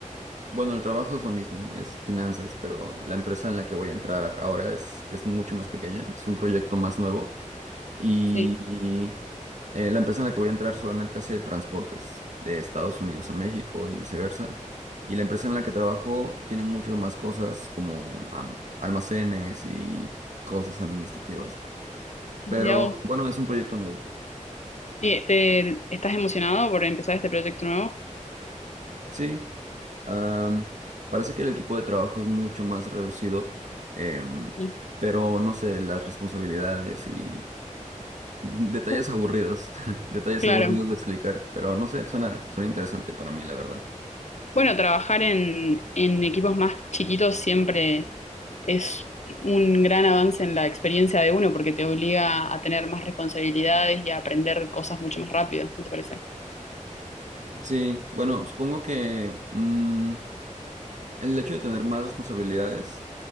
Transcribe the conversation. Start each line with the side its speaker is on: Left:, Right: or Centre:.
Right: Bueno, el trabajo es lo mismo, es finanzas, pero la empresa en la que voy a entrar ahora es, es mucho más pequeña, es un proyecto más nuevo y
Left: Sí,
Right: eh, la empresa en la que voy a entrar solamente hace transportes de Estados Unidos a México y viceversa. Y la empresa en la que trabajo tiene muchas más cosas como am- almacenes y cosas administrativas.
Left: mirá
Right: Pero
Left: vos.
Right: bueno, es un proyecto nuevo.
Left: ¿Y te, estás emocionado por empezar este proyecto nuevo?
Right: Sí, Am, parece que el equipo de trabajo es mucho más reducido, em,
Left: Sí.
Right: pero no sé, las responsabilidades y detalles
Left: Uh,
Right: aburridos, <laughs> detalles
Left: Claro.
Right: aburridos de explicar, pero no sé, suena, suena interesante para mí, la verdad.
Left: Bueno, trabajar en, en equipos más chiquitos siempre es un gran avance en la experiencia de uno porque te obliga a tener más responsabilidades y a aprender cosas mucho más rápido, ¿no te parece?
Right: Sí, bueno, supongo que mm, el hecho de tener más responsabilidades